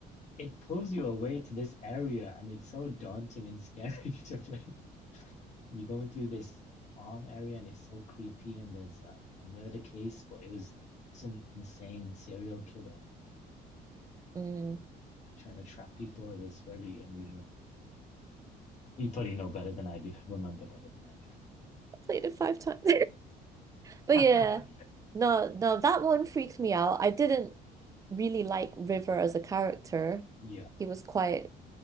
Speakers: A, on the left; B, on the right.
A: it pulls you away to this area, and it's so daunting and scary <laughs> to play. You're going through this farm area, and it's so creepy, and there's a, a murder case, but it was some insane serial killer.
B: mm,
A: trying to trap people. It was very unusual. You probably know better than I do, <laughs> remember better than I
B: I played it five times. <laughs> But
A: do.
B: yeah,
A: <laughs>
B: no, no, that one freaked me out. I didn't really like River as a character,
A: Yeah,
B: he was quite